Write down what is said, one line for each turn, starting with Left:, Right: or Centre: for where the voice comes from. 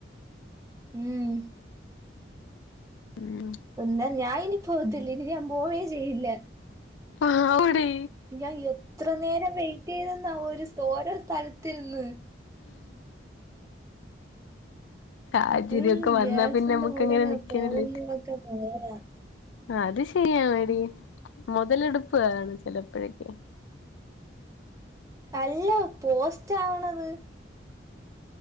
Right: ഉം
Left: ഉം
Right: ഒന്നാ ഞാൻ ഇനി പോവത്തില്ല ഇനി ഞാൻ പോവേ ചെയ്യില്ല
Left: ആ വിടെ
Right: ഞാൻ എത്ര നേരം വെയിറ്റ് ചെയ്തന്നാ ഒരുസ് ഓരോ സ്ഥലത്തിന്ന്
Left: സാഹചര്യമൊക്കെ
Right: <unintelligible>
Left: വന്നാ
Right: ഗേൾസിന്റെ
Left: പിന്നെ നമ്മുക്ക്
Right: കൂടെ
Left: അങ്ങനെ നിക്കാനല്ലേ
Right: പോകുന്നതൊക്കെ
Left: പറ്റു.
Right: ബോറ
Left: ആ അത്‌ ശരിയാനടി മുതലെടുപ്പാണ് ചിലപ്പോഴക്കക്ക്
Right: അല്ല പോസ്റ്റ് ആവണത്